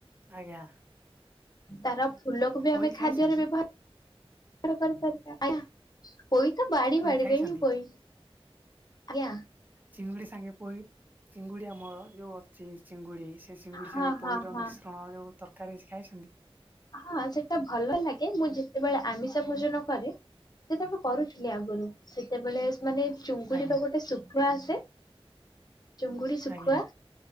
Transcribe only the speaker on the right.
ଆଜ୍ଞା
ପୋଇ
ଖାଇଛନ୍ତି
ପୋଇ
ଖାଇଛନ୍ତି?
ଚିଙ୍ଗୁଡି ସାଙ୍ଗେ ପହି ଚିଙ୍ଗୁଡି ଆମର ଯୋଉ ଅଛି ଚିଙ୍ଗୁଡି ସେ ଚିଙ୍ଗୁଡ଼ି
ସାଙ୍ଗେ
ପୋଇ
ମିଶ୍ରଣ ଯୋଉ ତରକାରୀ ଅଛି ଖାଇଛନ୍ତି?
ଆଜ୍ଞା।
ଆଜ୍ଞା